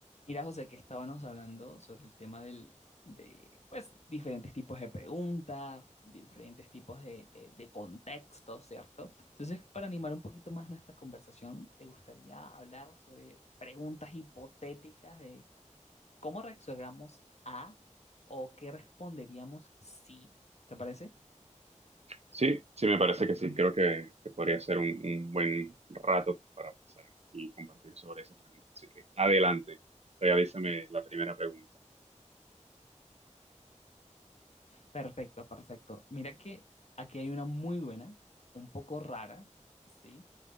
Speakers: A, on the left; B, on the right.
A: Mira, José, que estábamos hablando sobre el tema del, de, pues, diferentes tipos de preguntas, diferentes tipos de, eh, de contextos, ¿cierto? Entonces, para animar un poquito más nuestra conversación, ¿te gustaría hablar sobre preguntas hipotéticas de cómo reaccionamos a o qué responderíamos si? ¿Te parece?
B: Sí, sí, me parece que sí. Creo que, que podría ser un, un buen rato para pasar y compartir sobre esa pregunta. Así que adelante, realízame la primera pregunta.
A: Perfecto, perfecto. Mira que aquí hay una muy buena, un poco rara, ¿sí?